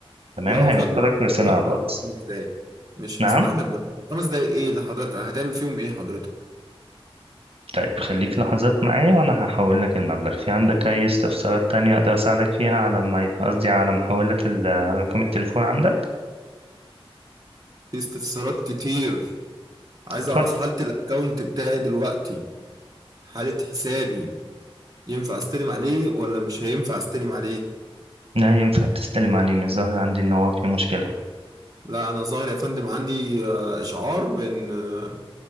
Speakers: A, on the right (about 70°); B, on the right (about 40°).
A: تمام
B: لا يا
A: هيوصلك
B: فندم
A: رسالة
B: مش
A: على
B: هسمح
A: الواتس
B: لك بخمس دقايق مش
A: نعم
B: هسمح لك بخمس دقايق ايه اللي حضرتك هتعمل فيهم ايه حضرتك
A: طيب خليك لحظات معايا وانا هحول لك المبلغ في عندك اي استفسارات تانية اقدر اساعدك فيها على ما قصدي على ما احول لك ال- رقم التليفون عندك
B: في استفسارات كتير عايز
A: اتفضل
B: اعرف حالة الاكونت بتاعي دلوقتي حالة حسابي ينفع استلم عليه ولا مش هينفع استلم عليه
A: لا ينفع تستلم عليه من الظاهر عندي ان هو في مشكلة
B: لا انا ظاهر يا فندم عندي آه، اشعار بان آه،